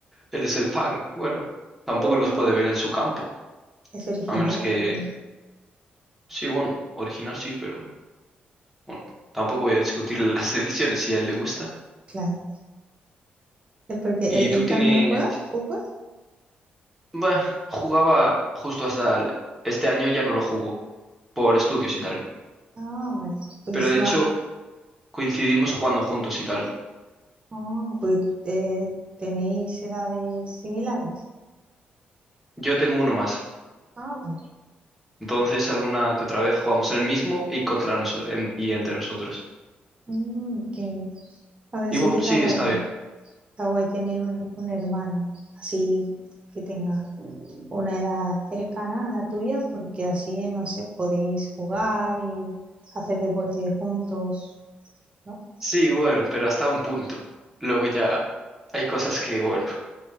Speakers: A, in the centre; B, on the right.
A: él es el fan. Bueno, tampoco
B: Bueno,
A: los puede ver en su campo.
B: es original
A: A menos que,
B: ese tío.
A: sí, bueno, original sí, pero bueno, tampoco voy a discutir <laughs> las decisiones si a él le gusta.
B: Claro. Es porque
A: Y
B: él,
A: tú
B: él
A: tienes,
B: también juega fútbol.
A: bueno, jugaba justo hasta el- este año ya no lo jugó por estudios y tal.
B: Ah, vale. Porque
A: Pero
B: es
A: de hecho,
B: más.
A: coincidimos jugando juntos y tal.
B: Ah, pues eh, tenéis edades similares.
A: Yo tengo uno más.
B: Ah, vale.
A: Entonces, alguna que otra vez jugamos el mismo y contra nosotros y entre nosotros.
B: Mm, ok. A ver,
A: Y
B: sí
A: bueno,
B: que está
A: sí,
B: guay.
A: está bien.
B: Está guay tener un, un hermano, así que tenga una edad cercana a la tuya, porque así, no sé, podéis jugar y hacer deporte juntos, ¿no?
A: Sí, bueno, pero hasta un punto. Luego ya hay cosas que, bueno,